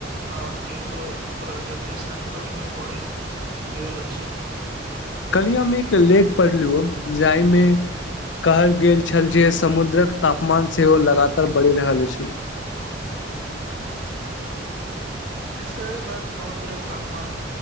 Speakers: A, on the right; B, on the left.
A: आ केतो प्रजति संकमे पड़ैत गेल अछि
B: कलिए हम एक लेख पढ़लु जाहिमे कहल गेल छल जे समुद्रक तापमान सेहो लगातार बढ़ि रहल अछि
A: सहे बात समुद्रक तापमान